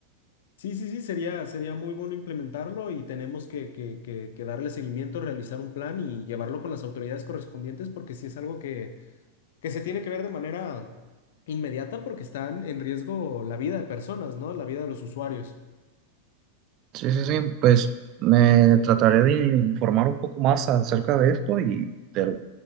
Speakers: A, on the left; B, on the right.
A: Sí, sí, sí, sería, sería muy bueno implementarlo y tenemos que, que- que- que darle seguimiento, realizar un plan y llevarlo con las autoridades correspondientes porque sí es algo que, que se tiene que ver de manera inmediata porque están en riesgo la vida de personas, ¿no? La vida de los usuarios.
B: Sí, sí, sí, pues me trataré de informar un poco más acerca de esto y de,